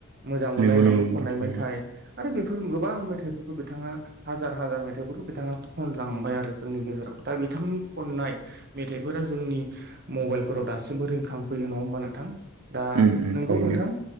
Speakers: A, on the right; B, on the right.
A: मोजां मोनलायनायनि
B: नंगौ नंगौ नोंथां
A: खननाय
B: थारैनो
A: मेथाइ आरो बेफोर गोबां मेथाइफोरखौ बिथांङा हाजार हाजार मेथाइफोरखौ बिथाङा खनलांबाय आरो जोंनि गेजेराव दा बिथांनि खननाय मेथाइफोरा जोंनि मबाइलफोराव दासिमबो रिखांफैयो नङा होमबा नोंथां दा
B: उम उम
A: नोंगौ
B: थारैनो
A: नोंथां